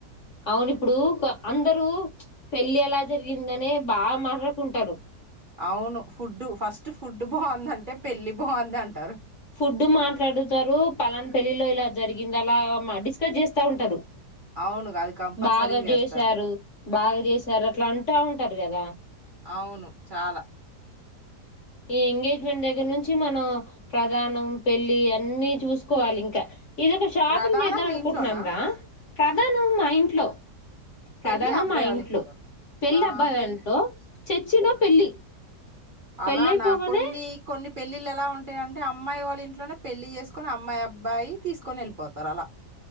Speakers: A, on the left (about 50°); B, on the right (about 40°).
A: అవును ఇప్పుడు అందరూ పెళ్లి ఎలా జరిగిందనే బాగా మాట్లాడుకుంటారు
B: అవును ఫుడ్డు ఫస్ట్ ఫుడ్ బాగుంది అంటే పెళ్లి బాగుందింటే
A: ఫుడ్డు మ మాట్లాడుతారు పలానా పెళ్ళిలో ఇలా జరిగింది అలా డిస్కస్ చేస్తా ఉంటారు
B: అవును అది కంపల్సరీ
A: బాగా
B: చేస్తారు
A: చేసారు బాగా చేసారు అట్లా అంటా ఉం టరు గద
B: అవును చాలా
A: ఈ ఎంగేజ్మెంట్ దగ్గర నుంచి మనం ప్రధానం పెళ్ళి అన్నీ చూసుకోవాలి ఇంకా ఇదొక షాపింగ్
B: ప్రధానం
A: చేద్దాం
B: మీ
A: అనుకుంటున్నాంరా
B: ఇంట్లోనా
A: ప్రధానం మా ఇంట్లో ప్రధానం
B: పెళ్ళి అబ్బాయివాళ్ళ
A: మా ఇంట్లో
B: ఇంట్లోనా
A: పెళ్లి
B: ఆ
A: అబ్బాయింట్లో
B: పెళ్ళి
A: చర్చిలో
B: ఆ
A: పెళ్లి పెళ్లి
B: అలానా
A: అయిపోగానే
B: కొన్ని కొన్ని పె పెళ్ళిళ్ళ ఎలా ఉంటాయింటే అమ్మాయి వాళ్ళ ఇంట్లోనే పెళ్లి చేసుకొని అమ్మాయి అబ్బయి తీసుకొని వెళ్ళిపోతారు అలా